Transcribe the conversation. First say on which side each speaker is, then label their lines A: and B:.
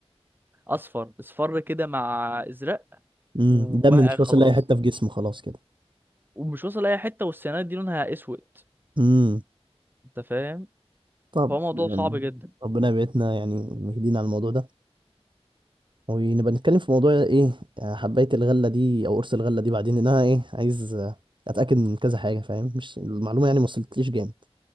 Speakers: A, on the right; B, on the right.
A: اصفر اصفر كده مع ازرق
B: امم
A: وبقى
B: الدم مش
A: خلاص
B: واصل لأي حتة في جسمه خلاص كده
A: ومش واصل اي حته والسيانايد دي لونها اسود
B: امم
A: انت فاهم
B: طب
A: فهو موضوع
B: يعني
A: صعب جدا
B: ربنا يبعدنا يعني مهدينا على الموضوع ده ونبقى نتكلم في موضوع ايه حباية الغلة دي او قرص الغلة دي بعدين لأن انا ايه عايز اتأكد من كذا حاجة فاهم مش المعلومة يعني ما وصلتليش جامد